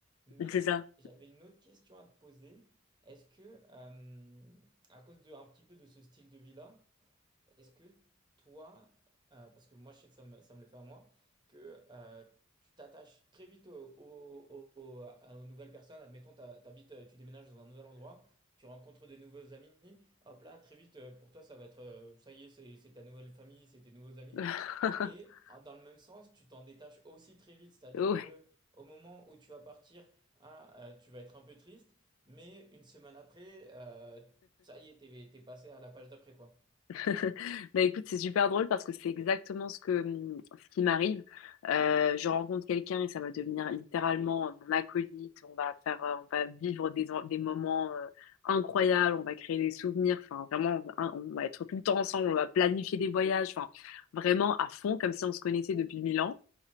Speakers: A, on the right; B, on the left.
A: Mais
B: c'est ça.
A: j'avais une autre question à te poser. Est-ce que, euh, à cause de, un petit peu de ce style de vie-là, est-ce que toi, euh, parce que moi je sais que ça me, ça me le fait à moi, que euh, tu t'attaches très vite au- au- au- à- aux nouvelles personnes, admettons, t'ha- t'habites, euh, tu déménages dans un nouvel endroit, tu rencontres des nouveaux amis, hop là, très vite, euh, pour toi ça va être, euh, ça y est, c'est c'est ta nouvelle famille, c'est tes nouveaux amis.
B: <laughs>
A: Et en- dans le même sens, tu t'en détaches aussi très vite, c'est-à-dire
B: Ouais.
A: que au moment où tu vas partir, ah, euh, tu vas être un peu triste, mais une semaine après, euh, ça y est, t'es t'es passé à la page d'après, quoi.
B: <laughs> Bah écoute, c'est super drôle parce que c'est exactement ce que hum, ce qui m'arrive. Euh, je rencontre quelqu'un et ça va devenir littéralement euh, mon acolyte. On va faire, euh, on va vivre des, en- des moments euh, incroyables. On va créer des souvenirs. Enfin, vraiment, hein, on va être tout le temps ensemble. On va planifier des voyages. Enfin, vraiment à fond, comme si on se connaissait depuis mille ans.